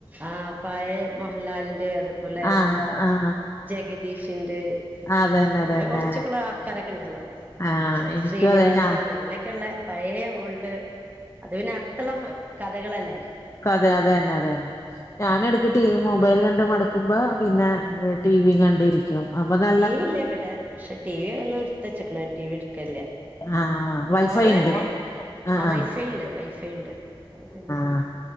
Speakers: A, on the right; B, on the left.
A: ആഹ് പഴേ മോഹൻലാലിന്റെ അതുപോലെ
B: ആഹ് ആഹ്
A: ജഗദീഷിന്റെ
B: അതന്നെ
A: അങ്ങനെ
B: അതന്നെ
A: കൊർച്ച് കൊള ആൾക്കാരൊക്കെണ്ടല്ലോ
B: ആഹ് എനിക്കും
A: ശ്രീനിവാസൻ
B: അതെ ഞാൻ
A: അങ്ങനെയൊക്കെള്ള പഴേ ഓൾഡ് അത് പിന്നെ അർഥള്ള ഫ കഥകളല്ലേ
B: ക്കതെ അതെന്നെ അതെന്നെ ഞാന് എടക്ക് ടിവിമൊബൈൽ കണ്ടുമടുക്കുമ്പോ പിന്നെ ടിവിം കണ്ടിരി ക്കും അപ്പതാ
A: ടി വി ഇല്ല ഇവിടെ പക്ഷെ ടി വി എന്ന്ട്ത്തച്ച്ക്ക്ണ് ടി വി ട്ക്കൽല്ലാ
B: ആ വൈഫൈ
A: ഫോൺലല്ലെ
B: ഉണ്ട് ആ
A: ആഹ് വൈഫൈണ്ട്
B: ആ
A: വൈഫൈണ്ട് അപൊപിന്നെ
B: അഹ്